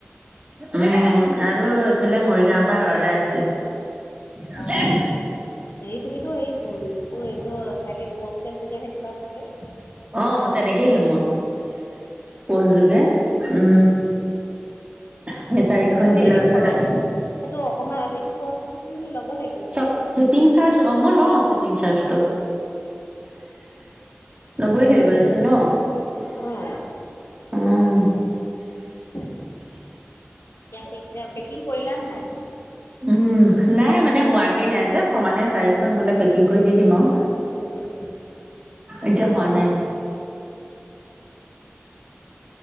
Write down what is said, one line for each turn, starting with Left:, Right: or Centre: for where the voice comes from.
Right: উম, আৰু এইফালে মৰিগাঁৱৰ পৰা অৰ্ডাৰ আছে।
Left: অ হেৰি তুমিতো হেৰি এইটো চাগে প'ষ্টেল যোগেহে দিবা চাগে।
Right: অঁ' তেনেকেই দিওঁ মই, পষ্টযোগে উম। সেই চাৰিখন
Left: সেইটো
Right: দি
Left: সেই
Right: লোৱাৰ পিছত
Left: খৰচটো
Right: আকৌ
Left: সেইটো অকমান সেইটো খৰচটোতো তুমি ল'ব লাগিব।
Right: চ
Left: অ
Right: শ্বিপিং চাৰ্জ অঁ' মই লওঁ শ্বিপিং চাৰজটো। ল'বই লাগিব দেচোন ন।
Left: অঁ।
Right: উম
Left: এতিয়া সেইকেইটা পেকিং কৰিলানে নাই?
Right: উমঁ' নাই মানে হোৱাগে নাই যে সমানে চাৰি খন হ'লে পেকিং কৰি দি দিম আৰু।
Left: উম উম
Right: এতিয়া হোৱা নাই আৰু।